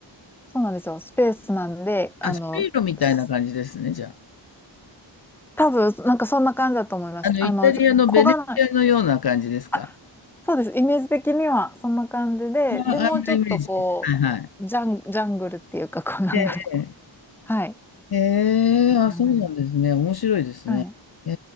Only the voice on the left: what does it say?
あ、水路みたいな感じですね、
じゃ
あ。あの、
イタリアのベネチアのような感じですか
ああ、あんなイメージ。はいはい。
ええ。
ええ、あ、
そうなんですね。面白いですね。
え